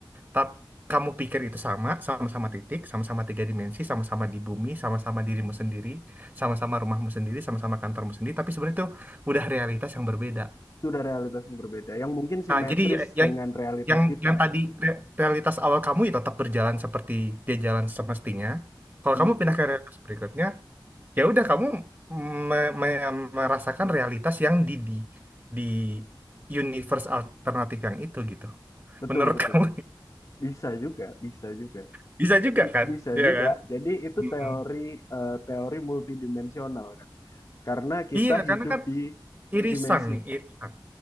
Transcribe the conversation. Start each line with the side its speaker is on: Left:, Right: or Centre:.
Right: Tap, kamu pikir itu sama, sama-sama titik, sama-sama tiga dimensi, sama-sama di bumi, sama-sama dirimu sendiri, sama-sama rumahmu sendiri, sama-sama kantormu sendiri, tapi sebenarnya itu udah realitas yang berbeda.
Left: sudah realitas yang berbeda. Yang mungkin simetris
Right: Ah, jadi ya- yang
Left: dengan realitas
Right: yang
Left: kita.
Right: yang tadi re- realitas awal kamu ya tetap berjalan seperti dia jalan semestinya. Kalau
Left: Hmm,
Right: kamu pindah ke realitas berikutnya, ya udah kamu me- me- merasakan realitas yang di di di universe alternatif yang itu gitu.
Left: betul,
Right: Menurut
Left: betul.
Right: kamu
Left: Bisa juga, bisa juga.
Right: <laughs> bisa juga
Left: Bi-
Right: kan?
Left: Bisa
Right: Iya
Left: juga.
Right: kan?
Left: Jadi itu
Right: Hmm.
Left: teori eh, teori multidimensional kan. Karena kita
Right: Iya,
Left: hidup
Right: karena kan
Left: di
Right: irisan
Left: dimensi.
Right: nih, irisan.